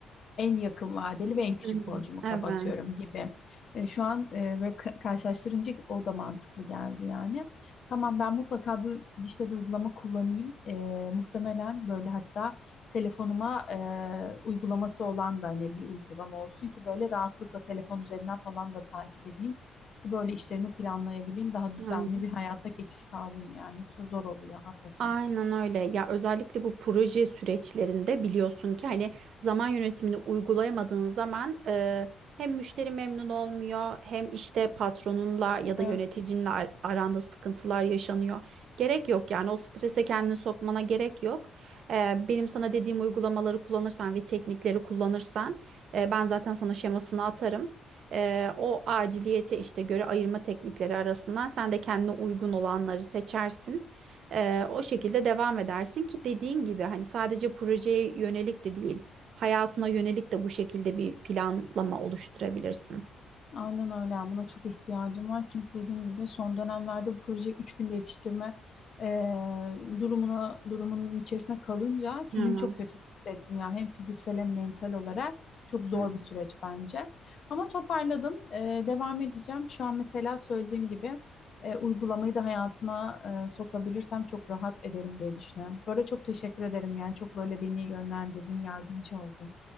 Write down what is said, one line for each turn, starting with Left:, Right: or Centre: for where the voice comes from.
Left: en yakın vadeli ve en küçük
Right: Hmm,
Left: borcumu
Right: Evet.
Left: kapatıyorum gibi. E, şu an e, böyle ka- karşılaştırınca o da mantıklı geldi yani. Tamam ben mutlaka bir dijital uygulama kullanayım. E, muhtemelen böyle hatta telefonuma e, uygulaması olan da hani bir uygulama olsun ki böyle rahatlıkla telefon üzerinden falan da takip edeyim. Ki böyle işlerimi planlayabileyim, daha düzenli
Right: Evet.
Left: bir hayata geçiş sağlayayım yani. Yoksa zor oluyor, haklısın.
Right: Aynen öyle. Ya özellikle bu proje süreçlerinde biliyorsun ki hani zaman yönetimini uygulayamadığın zaman e, hem müşteri memnun olmuyor hem işte patronunla ya da yöneticinle
Left: Evet.
Right: ar- aranda sıkıntılar yaşanıyor. Gerek yok yani o strese kendini sokmana gerek yok. E, benim sana dediğim uygulamaları kullanırsan ve teknikleri kullanırsan e, ben zaten sana şemasını atarım. E, o aciliyete işte göre ayırma teknikleri arasından sen de kendine uygun olanları seçersin. Eee, o şekilde devam edersin ki dediğin gibi hani sadece projeye yönelik de değil, hayatına yönelik de bu şekilde bir planlama oluşturabilirsin.
Left: Aynen öyle. yani Buna çok ihtiyacım var. Çünkü dediğim gibi son dönemlerde bu proje 3 günde yetiştirme eee, durumuna durumun içerisine kalınca kendimi
Right: Evet.
Left: çok kötü hissettim ya. Hem fiziksel hem mental olarak çok zor
Right: Hı.
Left: bir süreç bence. Ama toparladım. Eee, devam edeceğim. Şu an mesela söylediğim gibi eee, uygulamayı da hayatıma eee, sokabilirsem çok rahat ederim diye düşünüyorum. Böyle çok teşekkür ederim yani. Çok böyle beni yönlendirdin, yardımcı oldun.